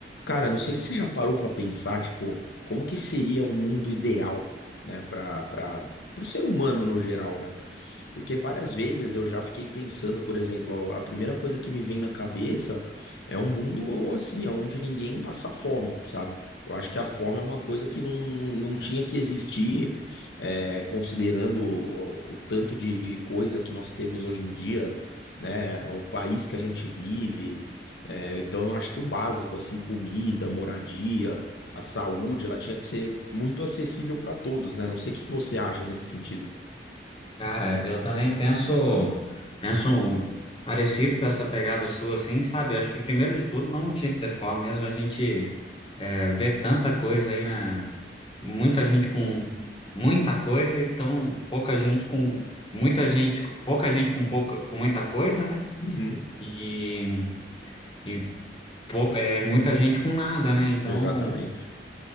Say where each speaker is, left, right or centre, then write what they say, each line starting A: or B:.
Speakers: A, on the left (about 75°); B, on the left (about 30°).
A: Cara, não sei se você já parou pra pensar, tipo, como que seria um mundo ideal, né, para para pro ser humano no geral, né? Porque várias vezes eu já fiquei pensando, por exemplo, ó, a primeira coisa que me vem na cabeça é um mundo assim, onde ninguém passa fome, sabe? Eu acho que a fome é uma coisa que não, não tinha que existir, é, considerando o, o tanto de, de coisa que nós temos hoje em dia, né? O país que a gente vive. É, então eu acho que o básico, assim, comida, moradia, a saúde, ela tinha que ser muito acessível para todos, né? Não sei o que que você acha nesse sentido.
B: Cara, eu também penso, penso um parecido com essa pegada sua, assim, sabe? Acho que primeiro de tudo não tinha que ter fome mesmo. A gente é, vê tanta coisa aí, né? Muita gente com muita coisa e tão pouca gente com muita gente, pouca gente com pouca, com muita coisa, né?
A: Uhum.
B: E, e pou- é, muita gente com nada, né? Então,
A: Exatamente.